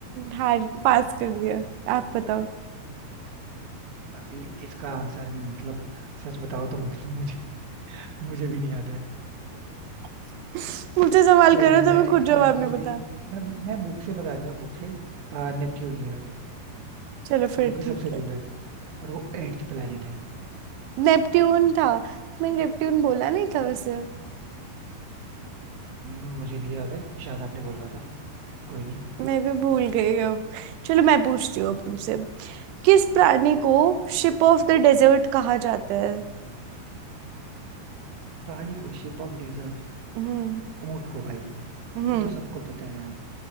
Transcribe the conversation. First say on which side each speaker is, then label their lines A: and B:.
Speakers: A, on the right; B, on the right.
A: हार पास कर दिया आप बताओ
B: अभी इसका आंसर मतलब सच बताओ तो मुझे मुझे मुझे भी नहीं याद है
A: <laughs> मुझसे सवाल
B: कोई
A: करो
B: नहीं
A: तो
B: मैं
A: मैं
B: इसका
A: खुद जवाब
B: आंसर
A: नहीं
B: फिर
A: बता
B: भी मैं मैं बुक से बता देता हूँ बुक से आ, नेपच्यून ही है वैसे
A: चलो फिर
B: जो कि
A: ठीक
B: सबसे
A: है
B: दूर है और वो एट्थ प्लेनेट है
A: नेपट्यून था मैंने नेपट्यून बोला नहीं था वैसे
B: हम्म, मुझे नहीं याद है कि शायद आपने बोला था कोई नहीं
A: मैं भी भूल गई अब चलो मैं पूछती हूँ अब तुमसे किस प्राणी को शिप ऑफ द डेजर्ट कहा जाता है
B: प्राणी को शेप ऑफ डेजर्ट
A: हम्म
B: ऊंट को भाई
A: हम्म
B: ये तो सबको पता है यार